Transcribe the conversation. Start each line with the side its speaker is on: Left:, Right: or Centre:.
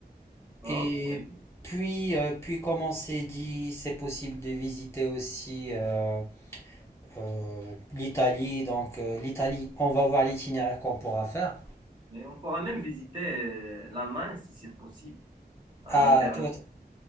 Right: d'accord,
Left: Et
Right: oui.
Left: puis, euh, puis comme on s'est dit, c'est possible de visiter aussi euh, euh, l'Italie. Donc, euh, l'Italie, on va voir l'itinéraire qu'on pourra faire.
Right: Mais on pourra même visiter euh, l'Allemagne si c'est possible. L'Allemagne,
Left: Ah,
Right: Berlin,
Left: toi,